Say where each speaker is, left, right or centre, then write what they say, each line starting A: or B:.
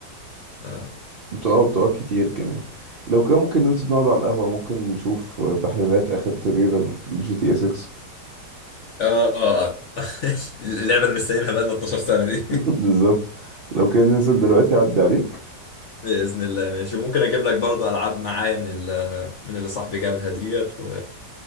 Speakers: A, on the left; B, on the right.
A: آه
B: بتقع بتقع كتير كمان لو كان ممكن ننزل نقعد على القهوة ممكن نشوف تحليلات آخر تريلر لجي تي اس 6
A: آه، <laughs> اللعبة اللي مستنيينها بقالنا 12 سنة دي
B: <laughs> بالظبط لو كان ننزل دلوقتي أعدي عليك
A: بإذن الله ماشي ممكن أجيب لك برضو ألعاب معايا من ال من اللي صاحبي جابها ديت و...